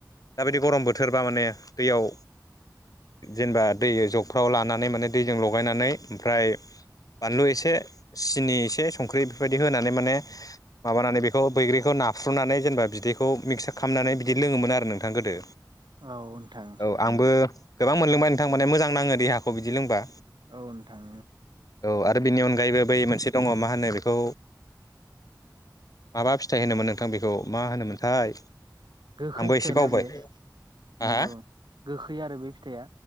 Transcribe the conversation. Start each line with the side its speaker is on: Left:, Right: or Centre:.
Left: दाबायदि गरम बोथोरबा माने दैयाव। जेनेबा दै जगफ्राव लानानै माने दैजों लगायनानै ओमफ्राय। बानलु एसे। सिनि एसे संख्रि बेफोरबायदि होनानै माने माबानानै बेखौ बैग्रिखौ नाफ्रुनानै जेनेबा बिदै। बेखौ मिक्सार खालामनानै बिदि लोङोमोन आरो नोंथां गोदो
Right: औ नोंथां
Left: औ आंबो। गोबां मोनलोंबाय नोंथां माने मोजां नाङो देहाखौ बिदि लोंबा।
Right: औ नोंथां
Left: औ आरो बेनि अनगायैबो बै मोनसे दङ' मा होनो बेखौ? माबा फिथाइ होनोमोन नोंथां बेखौ मा होनोमोनथाय?
Right: गोखै
Left: आंबो
Right: फिथाइ
Left: एसे बावबाय।
Right: ना बियो नंगौ
Left: हा
Right: गोखै आरो बे फिथाइया